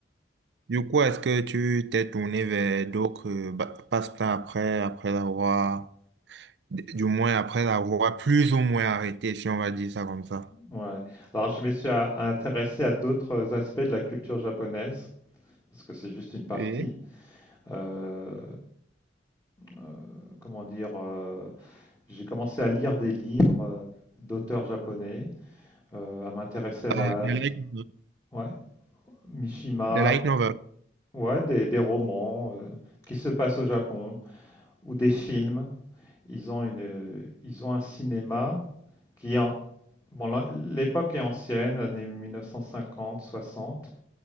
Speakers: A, on the right; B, on the left.
A: du coup, est-ce que tu t'es tourné vers d'autres euh, ba- passe-temps après, après avoir, du moins après avoir plus ou moins arrêté, si on va dire ça comme ça?
B: ouais. Alors, je me suis a- intéressé à d'autres aspects de la culture japonaise, parce que c'est juste une partie.
A: Oui.
B: Euh, euh, comment dire, euh, j'ai commencé à lire des livres euh, d'auteurs japonais, euh, à m'intéresser à
A: Ah,
B: la,
A: de light, novel.
B: ouais, Mishima,
A: The light novel.
B: ouais, des, des romans euh, qui se passent au Japon. ou des films. Ils ont, une, ils ont un cinéma qui, en, bon, l'époque est ancienne, années 1950-60,